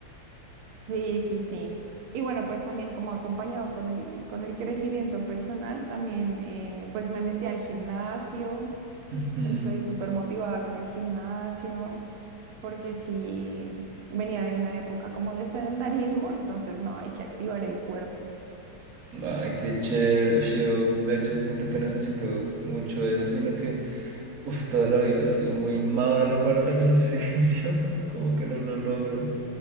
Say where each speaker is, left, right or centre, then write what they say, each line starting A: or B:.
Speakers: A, on the right (about 80°); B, on the right (about 50°).
A: Sí, sí, sí. Y bueno, pues también como acompañado con el, con el crecimiento personal, también eh, pues me metí al gimnasio.
B: Ujú.
A: Estoy súper motivada con el gimnasio porque sí venía de una época como de sedentarismo, entonces no, hay que activar el cuerpo.
B: Ay, qué chévere. Uf, Yo, de hecho, siento que necesito mucho eso, sino que, uf, toda la vida he sido muy malo para el ejercicio. <laughs> Como que no lo logro.